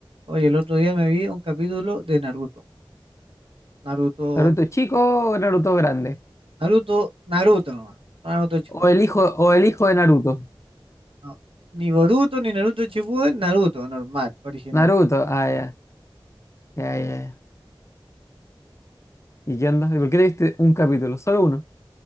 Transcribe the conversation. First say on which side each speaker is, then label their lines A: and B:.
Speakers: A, on the right (about 85°); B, on the left (about 30°).
A: Oye, el otro día me vi un capítulo de Naruto. Naruto.
B: ¿Naruto chico o Naruto grande?
A: Naruto, Naruto nomás. no Naruto Shippuden.
B: O el hijo, o el hijo de Naruto.
A: No. Ni Boruto ni Naruto Shippuden, Naruto normal, original.
B: Naruto, ah, ya, ya, ya. ya. ¿Y qué onda? ¿Y por qué te viste un capítulo? Solo uno.